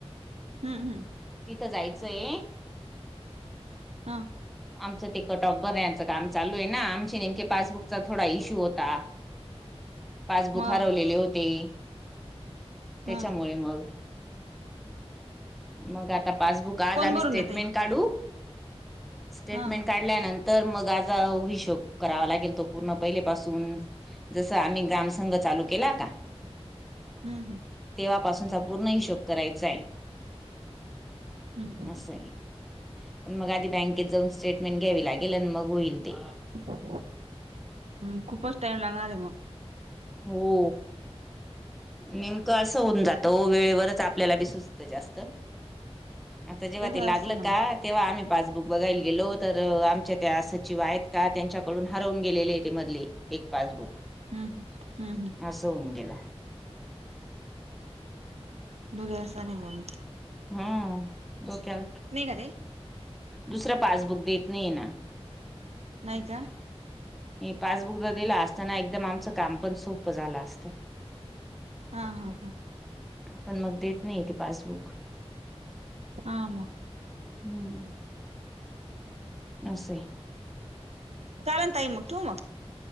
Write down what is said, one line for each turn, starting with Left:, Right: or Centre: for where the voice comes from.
Right: हम्म हम्म.
Centre: तिथं जायचंय.
Right: हा.
Centre: आमचं ते कटॉप बर नाही आचं काम चालू आहे ना आमची नेमके पासबुकचा थोडा इश्यू होता पासबुक
Right: मग
Centre: हरवलेले होते त्याच्यामुळे
Right: हा.
Centre: मग मग आता पासबुक आज
Right: कोण
Centre: आम्ही
Right: भरून
Centre: स्टेटमेंट
Right: देतंय?
Centre: काढू स्टेटमेंट
Right: हा हा.
Centre: काढल्यानंतर तर मग आजा हिशोग करावा लागेल तो पूर्ण पहिलेपासून जसं आम्ही ग्राम संंघ चालू केला का
Right: हम्म हम्म
Centre: तेव्हापासूनचा पूर्ण हिशोब करायचा आहे
Right: हम्म
Centre: असं प मग आधी बँकेत जाऊन स्टेटमेंट घ्यावी लागेल आणि मग होईल ते
Right: हम् कुपच टईम लांग रे मग
Centre: हो नेमकं असं होऊन जातं वेळेवरच आपल्याला बी सुचत जास्त आता जेव्हा
Right: तसं
Centre: ते लागल
Right: असतं ना मग.
Centre: का तेव्हा आम्ही पासबुक बघायला गेलो तर आमच्या त्या सचिव आहेत का त्यांच्याकडून हरवून गेलेले ते मधले पासबुक
Right: हम्म ह हम्म हम्
Centre: असं होऊन गेलं.
Right: दुग्यार अस नाही म्ह
Centre: ह ोक्या
Right: का ते?
Centre: दुसरा पासबुक देत नाही ना
Right: नाहीय का
Centre: पासबुक तर दिला असताना एकदम आमचं काम पण सोप झालं असत
Right: हा हा हा
Centre: पण मग देत नाही इथे पासबुक
Right: आम
Centre: हम्म असश
Right: चाल ताई मग ठू मग